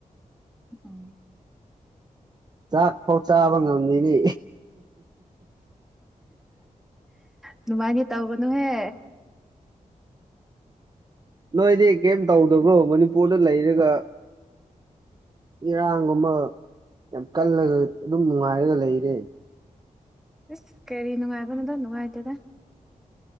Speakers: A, in the centre; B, on the right.
A: ꯑꯥ
B: ꯆꯥꯛꯐꯥꯎ ꯆꯥꯕ ꯉꯝꯃꯤꯅꯦ
A: ꯑꯗꯨꯃꯥꯏꯗꯤ ꯇꯧꯒꯥꯅꯨꯍꯦ
B: ꯅꯣꯏꯗꯤ ꯀꯔꯤꯝ ꯇꯧꯗꯕ꯭ꯔꯣ ꯃꯅꯤꯄꯨꯔꯗ ꯂꯩꯔꯒ ꯏꯔꯥꯡꯒꯨꯝꯕ ꯌꯥꯝ ꯀꯜꯂꯒ ꯑꯗꯨꯝ ꯅꯨꯡꯉꯥꯏꯔꯒ ꯂꯩꯔꯦ
A: ꯏꯁ ꯀꯔꯤ ꯅꯨꯡꯉꯥꯏꯕꯅꯣꯗ ꯅꯨꯡꯉꯥꯏꯇꯦꯗ